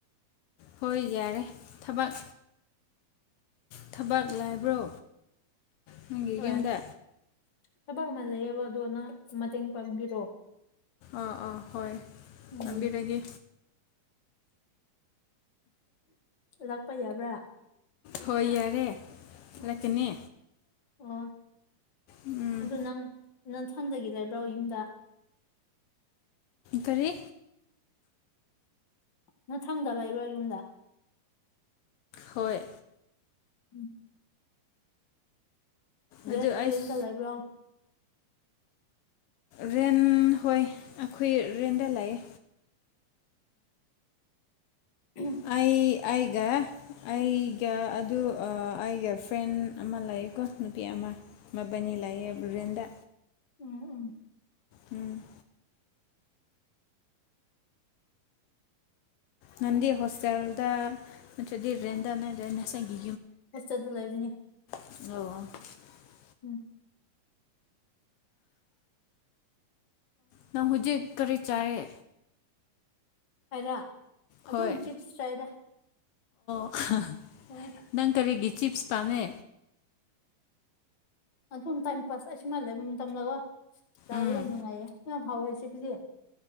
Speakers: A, on the left; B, on the left.
A: ꯍꯣꯏ ꯌꯥꯔꯦ ꯊꯕꯛ ꯊꯕꯛ ꯂꯩꯕ꯭ꯔꯣ ꯅꯪꯒꯤ
B: ꯍꯣꯏ
A: ꯌꯨꯝꯗ
B: ꯊꯕꯛ ꯑꯃ ꯂꯩꯌꯦꯕ ꯑꯗꯣ ꯅꯪ ꯃꯇꯦꯡ ꯄꯥꯡꯕꯤꯔꯣ
A: ꯑꯥ ꯑꯥ ꯍꯣꯏ
B: ꯎꯝ
A: ꯄꯝꯕꯤꯔꯒꯦ
B: ꯂꯥꯛꯄ ꯌꯥꯕ꯭ꯔꯥ
A: ꯍꯣꯏ ꯌꯥꯔꯦ
B: ꯑꯝ
A: ꯂꯥꯛꯀꯅꯤ
B: ꯑꯣ
A: ꯎꯝ
B: ꯑꯗꯨ ꯅꯪ ꯅꯪꯊꯝꯗꯒꯤ ꯂꯩꯕ꯭ꯔꯣ ꯌꯨꯝꯗ
A: ꯀꯔꯤ
B: ꯃꯊꯪꯗ ꯂꯩꯕ꯭ꯔꯥ ꯌꯨꯝꯗ
A: ꯍꯣꯏ
B: ꯎꯝ ꯔꯦ
A: ꯑꯗꯨ ꯑꯩꯁ
B: ꯔꯦꯟꯗ ꯂꯩꯕ꯭ꯔꯣ
A: ꯔꯦꯟ ꯍꯣꯏ ꯑꯈꯣꯏ ꯔꯦꯟꯗ ꯂꯩꯑꯦ
B: ꯑꯝ
A: ꯑꯩ ꯑꯩꯒ ꯑꯩꯒ ꯑꯗꯨ ꯑꯥ ꯑꯩꯒ ꯐ꯭ꯔꯦꯟ ꯑꯃ ꯂꯥꯛꯑꯦꯀꯣ ꯅꯨꯄꯤ ꯑꯃ ꯃꯕꯥꯅꯤ ꯂꯥꯛꯑꯦ ꯔꯦꯟꯗ
B: ꯎꯝ ꯎꯝ
A: ꯎꯝ ꯅꯪꯗꯤ ꯍꯣꯁꯇꯦꯜꯗ ꯅꯠꯇ꯭ꯔꯗꯤ ꯔꯦꯟꯗ ꯅ ꯔꯦꯟ ꯅꯁꯪꯒꯤ
B: ꯍꯣꯁꯇꯦꯜꯗ ꯂꯩꯕꯅꯦ
A: ꯑꯣ
B: ꯎꯝ
A: ꯅꯪ ꯍꯧꯖꯤ ꯀꯔꯤ ꯆꯥꯏꯌꯦ
B: ꯑꯩꯔ ꯑꯗꯨꯝ
A: ꯍꯣꯏ
B: ꯆꯤꯞꯁ ꯆꯥꯏꯗ
A: ꯍꯍ
B: ꯍꯣꯏ
A: ꯅꯪ ꯀꯔꯤꯒꯤ ꯆꯤꯞꯁ ꯄꯥꯝꯃꯦ
B: ꯑꯗꯨꯝ ꯇꯥꯏꯝ ꯄꯥꯁ ꯑꯩꯁꯨꯨꯃꯥꯏꯅ ꯂꯩꯕ ꯃꯇꯝꯗꯀꯣ ꯆꯥꯕ
A: ꯎꯝ
B: ꯌꯥꯝ ꯅꯨꯡꯉꯥꯏꯌꯦ ꯍꯥꯎꯋꯦ ꯆꯤꯞꯁꯁꯤ